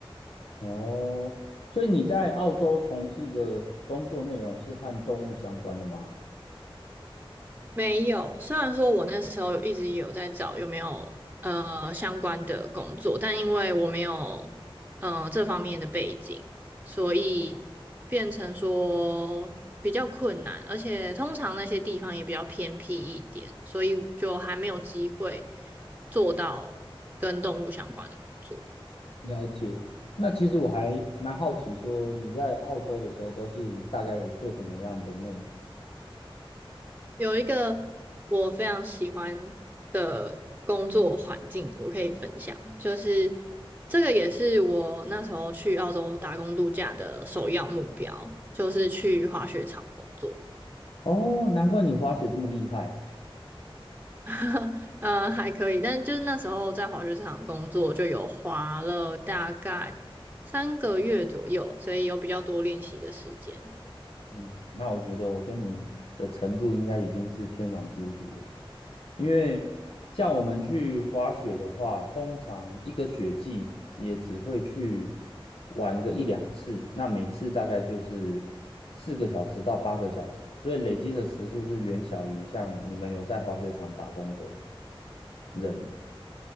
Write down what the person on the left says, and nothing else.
哦所以你在澳洲从事的工作内容是和动物相关的吗？
了解了那其实我还蛮好奇，说你在澳洲的时候都是大概做什么样的内容？
哦，难怪你滑雪这么厉害。
嗯，那我觉得我跟你的程度应该已经是天壤之别，因为像我们去滑雪的话，通常一个雪季也只会去玩个一两次，那每次大概就是四个小时到八个小时，所以累积的时数是远小于像你们有在滑雪场打工的人。